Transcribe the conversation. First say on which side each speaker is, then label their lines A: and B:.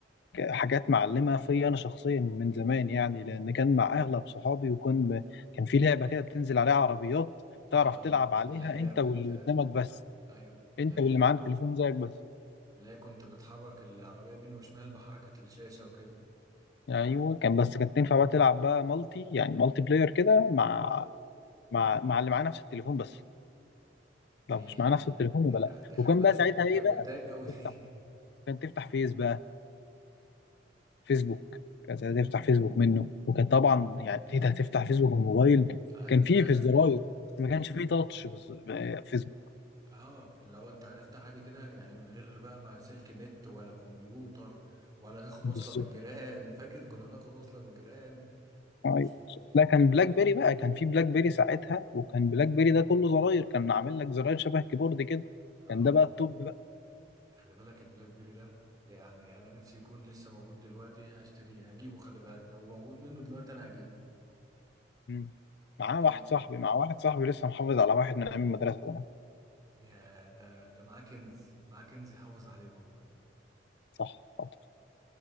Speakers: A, on the left; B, on the right.
A: حاجات معلمه فيا انا شخصيا من زمان يعني لان كان مع اغلب صحابي وكان كان في لعبه كده بتنزل عليها عربيات تعرف
B: اه
A: تلعب عليها
B: اللي هي
A: انت
B: بت
A: واللي
B: آه،
A: قدامك بس
B: ايوه اللي
A: انت
B: هي
A: واللي معاك تليفون زيك بس
B: اللي هي كنت بتحرك العربية يمين وشمال بحركة الشاشة وكده
A: يعني ايوه كان بس كانت تنفع بقى تلعب بقى مالتي يعني مالتي بلاير كده مع مع مع اللي معاه نفس التليفون بس
B: دي
A: لو مش معاه نفس التليفون
B: دي,
A: يبقى لا
B: دي خلي
A: وكان
B: بالك
A: بقى ساعتها ايه
B: كانت
A: بقى
B: بتضايق قوي
A: تفتح
B: دي
A: كان تفتح فيس بقى فيسبوك كان ساعتها تفتح فيسبوك منه وكان طبعا يعني ايه ده هتفتح فيسبوك من الموبايل
B: <laughs> عادي
A: كان
B: كده
A: فيه في الزراير بس ما كانش فيه تاتش بس آه، فيسبوك
B: اه اللي هو انت هتفتح عادي كده يعني من غير بقى ما سلك نت ولا كمبيوتر ولا تاخد
A: بالظبط
B: وصلة من الجيران فاكر كنا بناخد وصلة من الجيران و...
A: ايوه لا كان بلاك بيري بقى كان فيه بلاك بيري ساعتها وكان بلاك بيري ده كله زراير كان عامل لك زراير شبه كيبورد كده
B: اه
A: كان ده بقى التوب
B: خلي بالك البلاك بيري ده يعني انا نفسي يكون لسه موجود دلوقتي هشتريه هجيبه خلي بالك لو موجود منه دلوقتي انا هجيبه
A: مم. معاه
B: لان
A: واحد صاحبي مع واحد صاحبي لسه محافظ على واحد من ايام المدرسه زمان
B: يا ده ده معاه كنز معاه كنز يحافظ عليه والله
A: صح خطر